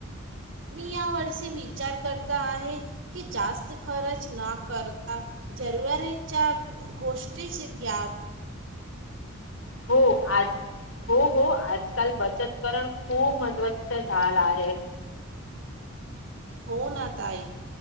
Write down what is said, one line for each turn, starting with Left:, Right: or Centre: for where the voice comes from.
Right: मी या वर्षी विचार करता आहे. की जास्त खरच ना करतां जरूयेच्या गोष्टीच घ्यात.
Left: हो आजं हो-हो, आजकाल बचत करण खूप महत्त्वाचं झाला आहे.
Right: हो ना ताई,